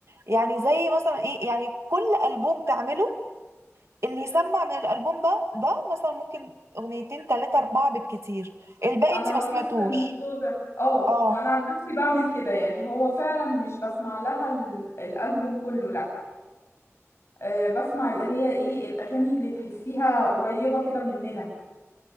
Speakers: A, on the right; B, on the left.
A: يعني زي مثلا ايه يعني كل البوم تعمله اللي يسمع من الالبوم ده ده مثلا ممكن اغنيتين تلاتة اربعة بالكتير الباقي
B: انا
A: انتي
B: لاحظت
A: ما سمعتوش
B: الموضوع ده اه
A: اه
B: اه انا عن نفسي بعمل كده يعني هو فعلا مش بسمع لها ال- الالبوم كله لا أه بسمع اللي هي ايه الاغاني اللي تحسيها قريبة كده مننا